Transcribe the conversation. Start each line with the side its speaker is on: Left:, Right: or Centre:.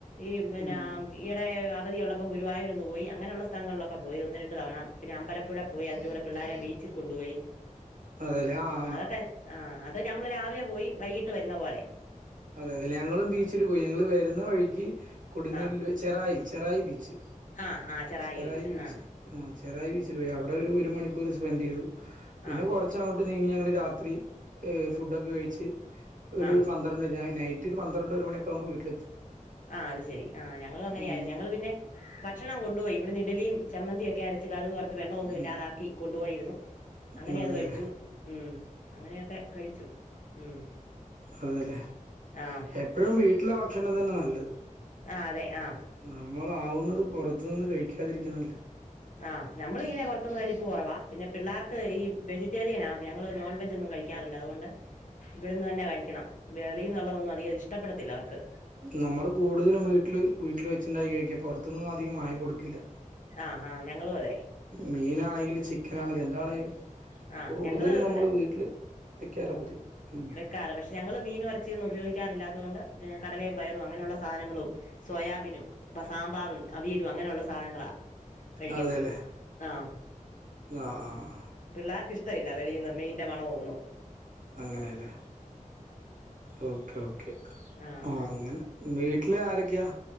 Left: ഈ പിന്നെ
Right: ഉം
Left: ഈയിടെ അവധിയുള്ളപ്പം ഗുരുവായൂര് ഒന്ന് പോയി അങ്ങനെയുള്ള സ്ഥലങ്ങളിലൊക്കെ പോയി ഒന്ന് രണ്ട് തവണ പിന്നെ അമ്പലപ്പുഴ പോയി അതിലൂടെ പിള്ളാരെ ബീച്ചിൽ കൊണ്ടോയി
Right: അതെലേ ആഹ്
Left: അതൊക്കെ ആഹ് അത് ഞമ്മള് രാവിലെ പോയി വൈകീട്ട് വരുന്ന പോലെ
Right: അതെ അതെ ഞങ്ങളും ബീച്ചിൽ
Left: ആ
Right: പോയി ഞങ്ങള് വരുന്ന വഴിക്ക് കൊടുങ്ങല്ല്
Left: ആഹ്
Right: ചെറായി ചെറായി ബീച്ച്
Left: ആഹ് ആഹ്
Right: ചെറായി
Left: ഒഴിച്ച്
Right: ബീച്ച്
Left: ആഹ്
Right: ആഹ് ചെറായി ബീ ച്ചില് പോയി അവിടൊരു ഒര് മണിക്കൂർ സ്പെന്റെയ്തു പിന്നെ
Left: ആഹ്
Right: കൊറ കൊറച്ച് അങ്ങോട്ട് നീങ്ങി ഞങ്ങള് രാത്രി ഏ ഫുഡൊക്കെ കഴിച്ച് ഒരു
Left: ആഹ്
Right: പന്ത്ര <unintelligible> ആഹ് നൈറ്റ് ഒരു പന്ത്രണ്ട് ഒരു മണി ആകുമ്പോ വീട്ടിലെത്തി
Left: ആഹ് അത് ശരി ആഹ് ഞങ്ങളും അങ്ങനെയായിര്ന്ന്
Right: ഉം
Left: ഞങ്ങള് പിന്നെ ഭക്ഷണം കൊണ്ട് പോയി ഇവിട്ന്ന് ഇഡ്ഡ്ലിം ചമ്മന്തിയൊക്കെ അരച്ച് കടുക് വറ് ത്ത് വെള്ളം ഒന്നും
Right: ഉം
Left: ഇല്ലാതാക്കി കൊണ്ടു പോയിര്ന്നു അങ്ങനെ
Right: ഉം അതെല്ലേ
Left: അത് കഴിച്ചു ഉം അങ്ങനെയൊക്കെ കഴിച്ചു ഉം
Right: അതെലേ
Left: ആഹ്
Right: എപ്പഴും വീട്ടിലെ ഭക്ഷണം തന്നെ നല്ലത്
Left: ആഹ് അതെ ആഹ്
Right: നമ്മള് ആവുന്നതും പൊറത്ത്ന്ന് കഴിക്കാതിരിക്കുന്നതാ നല്ലെ
Left: ആഹ് നമ്മളിങ്ങനെ പൊറത്തുന്ന് കഴിപ്പ് കൊറവാ പിന്നെ പിള്ളേർക് ഈ വെജി റ്റെറിയനാ ഞങ്ങള് നോൺ വേജോന്നും ഒന്നും കഴിക്കാറില്ല അതുകൊണ്ട് ഇവിടുന്ന് തന്നെ കഴിക്കണം. വെളിന്ന് ഒള്ളതൊന്നും അധികം ഇഷ്ടപ്പെടത്തില്ല അവർക്ക്
Right: നമ്മള് കൂടുതലും വീട്ടില് വീട്ടില് വെച്ചിണ്ടായി കഴിക്കാ പൊറത്തുന്നും അധികം വാങ്ങി കൊടുക്കില്ല
Left: ആഹ് ആഹ് ഞങ്ങളും അതെ
Right: മീൻ ആണെങ്കിലും ചിക്കൻ ആണെങ്കിലും എന്താണേലും
Left: ആഹ്
Right: കൂടുതല്
Left: ഞങ്ങള്
Right: നമ്മള് വീട്ടില് വെക്കാറ പതിവ് ഉം
Left: ക്കാറ് പക്ഷേ ഞങ്ങള് മീനും എറച്ചിയൊന്നും ഉപയോഗിക്കാറില്ലാത്തോണ്ട് കടലേം പയറും അങ്ങനെയുള്ള സാധനങ്ങളും സോയാബീനും സാമ്പാറും അവിയലും അങ്ങനെയുള്ള സാധനങ്ങളാ കഴിക്കുന്നത്
Right: അതെല്ലേ
Left: ആഹ്
Right: ആഹ് ആഹ് ആഹ്
Left: പിള്ളേർക്ക് ഇഷ്ടവില്ല വെളിന്ന് മീന്റെ മണവോന്നും
Right: അങ്ങനെയല്ലേ ഓക്കെ ഓക്കെ
Left: ആ
Right: ആഹ് അങ്ങനെ വീട്ടില് ആരക്കെയാ?